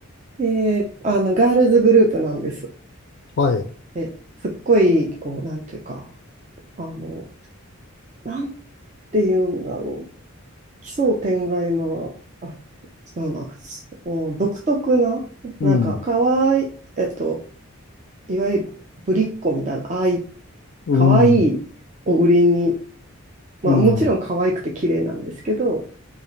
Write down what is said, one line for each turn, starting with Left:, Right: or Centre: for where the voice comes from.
Right: で、あの、ガールズグループなんです。
Left: はい、
Right: で、すっごい、こう、なんていうか、あの、なんていうんだろう、奇想天外の、あ、違うな、お独特な、
Left: うん、
Right: なんか、かわいい、えっと、いわゆるぶりっ子みたいな、ああい、
Left: うん、
Right: かわいいを売りに、まあ、
Left: うん、
Right: もちろん可愛くて綺麗なんですけど、